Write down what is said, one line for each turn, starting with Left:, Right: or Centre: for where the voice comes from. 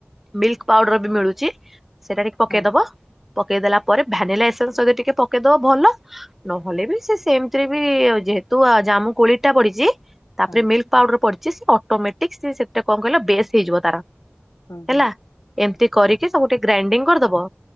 Centre: ମିଲ୍କ ପାଉଡର୍ ବି ମିଳୁଛି। ସେଇଟା ଟିକେ ପକେଇଦବ।
Left: ହଁ
Centre: ପକେଇଦଲା ପରେ, ଭ୍ୟାନିଲା ଏସେନ୍ସ ସହିତ ଟିକେ ପକେଇଦବ ଭଲ। ନହେଲେ ବି, ସେ ସେମିତିରେ ବି ଯେହେତୁ ଜାମୁ କୋଳି ଟା ପଡିଛି। ତା'ପରେ
Left: ହଁ
Centre: ମିଲ୍କ ପାଉଡ଼ର ପଡିଛି, ସ ଅଟୋମେଟିକ୍ ସେ ସେଥିରେ କଣ କହିଲ, ବେଶ୍ ହେଇଯିବ ତାର।
Left: ହୁଁ ହୁଁ
Centre: ହେଲା, ଏମିତି କରିକି ସବୁ ଟିକେ ଗ୍ରାଇଣ୍ଡିଙ୍ଗ କରିଦବ।